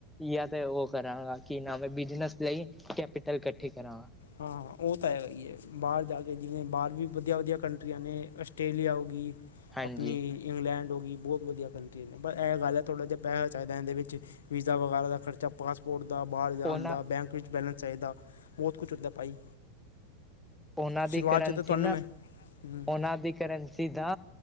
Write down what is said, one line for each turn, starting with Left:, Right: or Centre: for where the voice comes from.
Centre: ਜਾਂ ਤੇ ਉਹ ਕਰਾਂਗਾ ਕਿ ਨਾ ਵੇ ਬਿਜਨਸ ਲਈ ਕੈਪੀਟਲ ਇਕੱਠੀ ਕਰਾਂ।
Left: ਹਾਂ ਹਾਂ ਉਹ ਤਾਂ ਹੈਗਾ ਹੀ ਹੈ ਬਾਹਰ ਜਾ ਕੇ ਜਿਂਵੇ ਬਾਹਰ ਵੀ ਵਧੀਆ, ਵਧੀਆ ਕੰਟਰੀਆਂ ਨੇ ਆਸਟ੍ਰੇਲੀਆ ਹੋ ਗਈ
Centre: ਹਾਂਜੀ-ਹਾਂਜੀ
Left: ਆਪਣੀ ਇੰਗਲੈਂਡ ਹੋਗੀ ਬਹੁਤ ਵਧੀਆ ਕੰਟਰੀਆਂ ਨੇ ਪਰ ਇਹ ਗੱਲ ਥੋੜ੍ਹਾ ਜਿਹਾ ਪੈਸਾ ਚਾਹੀਦਾ ਇਹਦੇ ਵਿੱਚ ਵੀਜ਼ਾ, ਵਗੈਰਾ ਦਾ ਖਰਚਾ ਪਾਸਪੋਰਟ ਦਾ ਬਾਹਰ ਜਾਣ
Centre: ਉਹਨਾਂ
Left: ਦਾ ਬੈਂਕ ਵਿੱਚ ਬੈਲੈਂਸ ਚਾਹੀਦਾ, ਬਹੁਤ ਕੁਛ ਹੁੰਦਾ ਭਾਈ।
Centre: ਉਹਨਾਂ
Left: ਸ਼ੁਰੂਆਤ
Centre: ਦੀ ਕਰੰਸੀ
Left: 'ਚ ਤਾਂ ਤੁਹਾਨੂੰ
Centre: ਨਾ
Left: ਮੈਂ ਹੂੰ
Centre: ਉਹਨਾਂ ਦੀ ਕਰੰਸੀ ਦਾ